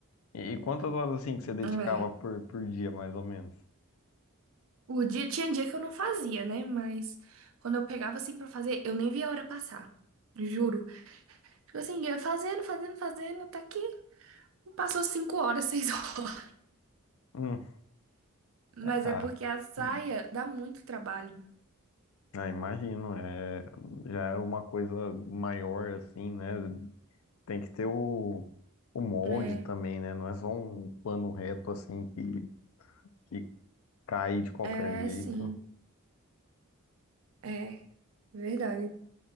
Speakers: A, on the left; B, on the right.
A: E, e quantas horas assim que você dedicava
B: É.
A: por, por dia, mais ou menos?
B: O dia tinha dia que eu não fazia, né? Mas quando eu pegava assim pra fazer, eu nem via a hora passar. Juro. Tipo assim, eu ia fazendo, fazendo, fazendo, até que passou cinco horas, <laughs> seis horas.
A: Hum,
B: Mas
A: ah,
B: é porque a saia
A: hum,
B: dá muito trabalho.
A: ah, imagino, é, já é uma coisa maior assim, né? Tem que ter o, o molde
B: É,
A: também, né? Não é só um plano reto assim que, que cai de qualquer
B: é
A: jeito.
B: sim. É, verdade.